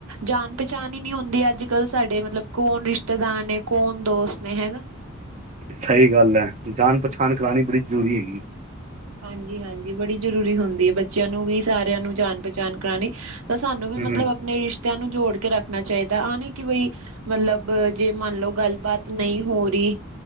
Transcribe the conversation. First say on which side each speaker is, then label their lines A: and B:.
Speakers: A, on the right; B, on the right.
A: ਜਾਣ ਪਛਾਣ ਨੀ ਹੁੰਦੀ ਈ ਅੱਜ ਕੱਲ੍ਹ ਸਾਡੇ ਮਤਲਬ ਕੌਣ ਰਿਸ਼ਤੇਦਾਰ ਨੇ ਕੌਣ ਦੋਸਤ ਨੇ ਹੈਨਾ
B: ਸਹੀ ਗੱਲ ਐ ਜਾਣ ਪਛਾਣ ਬਣਾਣੀ ਬੜੀ ਜ਼ਰੂਰੀ ਹੈਗੀ ਈ
A: ਹਾਂਜੀ ਈ ਹਾਂਜੀ ਈ ਬੜੀ ਜ਼ਰੂਰੀ ਹੁੰਦੀ ਈ ਬੱਚਿਆਂ ਨੂੰ ਵੀ ਸਾ ਮਡੀਆ ਨੂੰ ਜਾਣ ਪਹਿਚਾਣ ਕਰਾਣੀ ਈ ਤਾਂ ਸਾਨੂੰ ਵੀ ਮਤਲਬ
B: ਹੂੰ
A: ਆਪਣੇ ਰਿਸ਼ਤਿਆਂ ਨੂੰ ਜੋੜ ਕੇ ਰੱਖ ਨਾ ਚਾਈਦਾ ਆ ਨਈ ਕਿ ਬਈ ਮਤਲਬ ਜੇ ਮੰਨ ਲਓ ਗੱਲਬਾਤ ਨਈ ਹੋ ਰੀ